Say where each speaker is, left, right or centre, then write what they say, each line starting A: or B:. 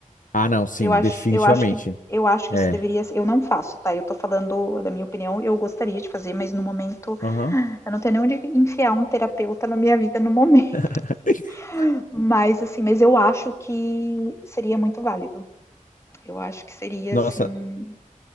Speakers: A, on the left; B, on the left.
A: Ah, não, sim,
B: Eu acho,
A: definitivamente.
B: eu acho que eu acho que
A: É.
B: isso deveria, eu não faço, tá? Eu tô falando da minha opinião, eu gostaria de fazer, mas no momento
A: Aham.
B: eu não tenho nem onde enfiar um terapeuta na minha vida no momento.
A: <laughs>
B: <laughs> Mas assim, mas eu acho que seria muito válido. Eu acho que seria
A: Nossa,
B: assim,